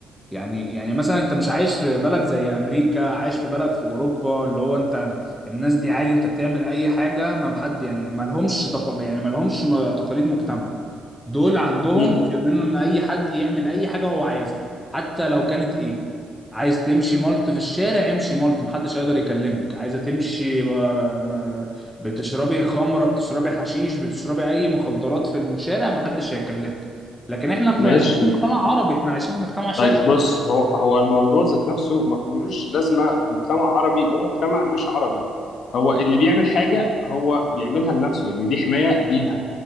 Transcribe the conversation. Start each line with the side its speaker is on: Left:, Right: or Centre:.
Centre: يعني يعني مثلا انت مش عايش في بلد زي امريكا عايش في بلد في اوروبا اللي هو انت الناس دي عادي انت بتعمل اي حاجه ما بحد يعني ما لهمش تق... يعني ما لهمش م- تقاليد مجتمع دول عندهم
Left: مم.
Centre: بيؤمنوا ان اي حد يعمل اي حاجه هو عايزها حتى لو كانت ايه عايز تمشي ملط في الشارع امشي ملط محدش هيقدر يكلمك عايزه تمشي ب... م- بتشربي خمره بتشربي حشيش بتشربي اي مخدرات في الشارع محدش هيكلمك لكن احنا في-
Left: ماشي
Centre: عايشين في مجتمع عربي احنا عايشين في مجتمع شرقي
Left: طيب بص هو هو الموضوع ذات نفسه ما فيهوش لازمه في مجتمع عربي ومجتمع مش عربي هو اللي بيعمل حاجه هو بيعملها لنفسه يعني دي حمايه ليها